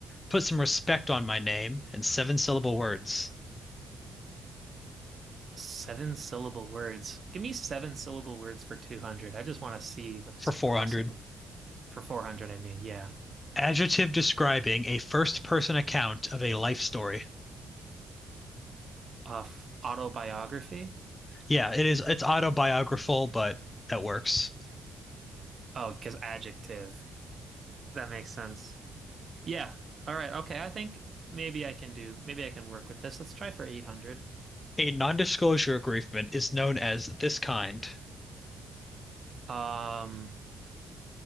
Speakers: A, on the left; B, on the right.
A: put some respect on my name and seven syllable words
B: Seven syllable words. Give me seven syllable words for 200. I just want to see what this
A: for
B: could
A: 400.
B: possibly. For 400, I mean, yeah.
A: Adjective describing a first person account of a life story.
B: Uh, f- autobiography?
A: Yeah, it is it's autobiographical, but that works.
B: Oh, because adjective. That makes sense. Yeah. All right. Okay. I think maybe I can do, maybe I can work with this. Let's try for 800.
A: A non-disclosure agreement is known as this kind.
B: Um,